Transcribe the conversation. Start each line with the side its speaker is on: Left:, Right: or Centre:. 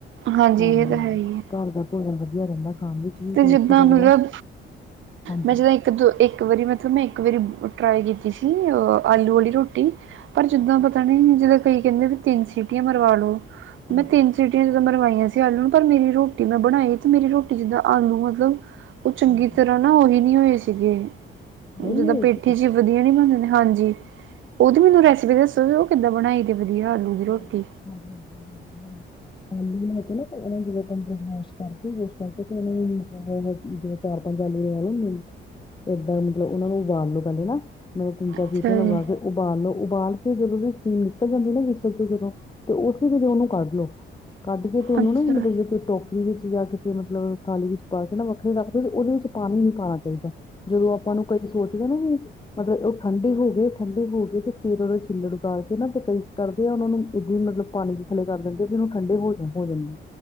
Right: ਹਾਂਜੀ
Left: ਹਾਂ-ਹਾਂ
Right: ਇਹ ਤਾਂ ਹੈ ਹੀ ਹੈ,
Left: ਘਰ ਦਾ ਭੋਜਨ ਵਧੀਆ ਰਹਿੰਦਾ ਖਾਣ ਵਿੱਚ। ਵੀ
Right: ਤੇ
Left: ਟੇਸਟੀ
Right: ਜਿੱਦਾਂ
Left: ਲੱਗਦਾ
Right: ਮਤਲਬ
Left: ਹਾਂਜੀ
Right: ਮੈਂ ਜਦ। ਇੱਕ ਦੋ ਇੱਕ ਵਾਰੀ ਮਤਲਬ ਮੈਂ, ਇੱਕ ਵਾਰੀ ਟਰਾਈ ਕੀਤੀ ਸੀ ਅ। ਆਲੂ
Left: ਅੱਛਾ
Right: ਵਾਲੀ
Left: ਜੀ
Right: ਰੋਟੀ ਪਰ, ਜਿੱਦਾਂ
Left: ਅੱਛਾ
Right: ਪਤਾ
Left: ਜੀ
Right: ਨੀ ਜਿੱਦਾਂ ਕਈ ਕਹਿੰਦੇ, ਤਿੰਨ ਸੀਟੀਆਂ ਮਰਵਾ ਲੋ।
Left: ਹਾਂਜੀ
Right: ਮੈਂ ਤਿੰਨ ਸੀਟੀਆਂ ਜਿੱਦਾਂ ਮਰਵਾਈਆਂ ਸੀ। ਆਲੂ ਨੂੰ ਪਰ ਮੇਰੀ ਰੋਟੀ ਮੈਂ ਬਣਾਈ ਤੇ ਮੇਰੀ ਰੋਟੀ ਜਿੱਦਾਂ। ਆਲੂ ਮਤਲਬ ਉਹ ਚੰਗੀ
Left: ਹਾਂਜੀ
Right: ਤਰ੍ਹਾਂ ਨਾ ਉਹੀ ਨਹੀਂ ਹੋਏ ਸੀਗੇ
Left: ਆਈ
Right: ਜਿੱਦਾਂ
Left: ਨਹੀਂ ਹੋਏ
Right: ਪੇਠੀ
Left: ਸੀਗੇ
Right: ਚ। ਵਧੀਆ ਨੀ ਬਣਦੇ ਦੇ ਹਾਂਜੀ, ਉਹਦੀ ਮੈਨੂੰ ਰੈਸਪੀ ਦੱਸੋ ਉਹ ਕਿੱਦਾਂ ਬਣਾਈ? ਦੀ ਵਧੀਆ ਆਲੂ
Left: ਹਾਂਜੀ-
Right: ਦੀ ਰੋਟੀ
Left: ਹਾਂਜੀ- ਹਾਂਜੀ- ਹਾਂਜੀ ਹ। ਆਲੂ ਹੈ ਕੇ ਨਾ ਉਹਨਾਂ ਨੂੰ ਮਾਇਸ ਕਰਕੇ ਕਰਕੇ ਤੇ ਉਹਨਾਂ ਨੂੰ। <unintelligible> ਚਾਰ ਪੰਜ ਆਲੂ ਦੇ ਨਾਲੋਂ ਏਦਾਂ ਮਤਲਬ ਉਹਨਾ ਨੂੰ ਉਬਾਲੂ ਪੈਂਦੇ ਨਾ। ਮੈਂ ਦੋ ਚਾਰ।
Right: ਅੱਛਾ
Left: ਸੀਟੀ ਲਗਾ
Right: ਜੀ
Left: ਕੇ ਉਬਾਲ ਲੋੋ ਉਬਾਲ ਕੇ ਜਦੋਂ ਦੀ ਸੀਟੀਮ ਨਿਕਲ ਜਾਂਦੀ ਨਾ। ਜਦੋਂ ਤੇ ਉਸੇ ਵੇਲੇ ਉਹਨੂੰ ਕੱਢ ਲੋ ਕੱਢ ਕੇ ਤੇ ਉਹਨੂੰ
Right: ਅੱਛਾ
Left: ਨਾ ਮਤਲਬ ਟੋਕਰੀ ਟੋਕਰੀ ਵਿੱਚ ਜਾਂ ਕਿਸੇ ਮਤਲਬ ਕਾਲੀ ਮਿਰਚ ਵਿੱਚ ਪਾ ਕੇ ਨਾ ਵੱਖਰੇ ਰੱਖਦੇ ਤੇ ਉਹਦੇ ਵਿੱਚ। ਪਾਣੀ ਨੀ ਪਾਉਣਾ ਚਾਹੀਦਾ, ਜਦੋਂ ਆਪਾਂ ਨੂੰ ਕਈ ਸੋਚਦੇ ਨਾ ਵੀ ਮਤਲਬ ਉਹ ਠੰਡੇ ਹੋ ਗਏ। ਠੰਡੇ ਹੋ ਕੇਏ ਤੇ ਫੇਰ ਉਹਦਾ ਛਿੱਲੜ ਉਤਾਰ ਕੇ ਨਾ ਤੇ ਕਈ। ਕਰਦੇ ਆ ਉਹਨਾ ਨੂੰ ਏਦਾਂ ਮਤਲਬ ਪਾਣੀ ਦੇ ਥੱਲੇ ਕਰ ਦਿੰਦੇ, ਆ ਤੇ ਉਹਨੂੰ ਠੰਡੇ ਹੋ ਜਾ ਹੋ ਜਾਂਦੇ ਆ।